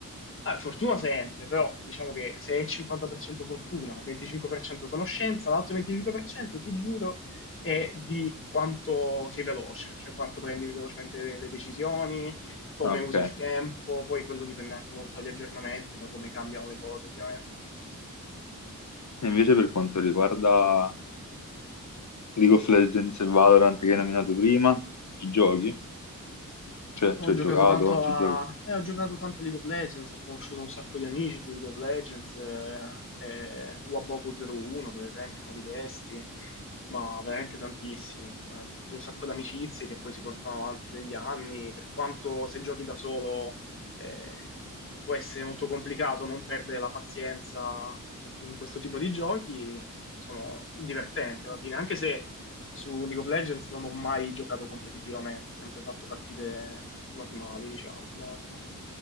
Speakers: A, on the left; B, on the left.
A: Ah, fortuna sempre, però diciamo che se è il 50% fortuna, 25% conoscenza, l'altro 25% ti giuro è di quanto sei veloce, cioè quanto prendi velocemente le, le decisioni, come
B: Ah, Ok,
A: usi
B: e
A: il tempo, poi quello dipende anche molto dagli aggiornamenti, da come cambiano le cose, ovviamente.
B: invece per quanto riguarda League of Legends e Valorant che hai nominato prima, ci giochi? Cioè,
A: Ho
B: ci hai
A: giocato
B: giocato?
A: tanto
B: Ci
A: a...
B: giochi?
A: eh, ho giocato tanto a League of Legends, ho conosciuto un sacco di amici su League of Legends, eh, eh, Waboku 01 per esempio, uno di questi, ma veramente tantissimi. Eh, ho fatto un sacco di amicizie che poi si portano avanti negli anni, per quanto se giochi da solo eh, può essere molto complicato non perdere la pazienza in questo tipo di giochi, sono divertenti alla fine, anche se su League of Legends non ho mai giocato competitivamente, sempre fatto partite normali, diciamo, normal.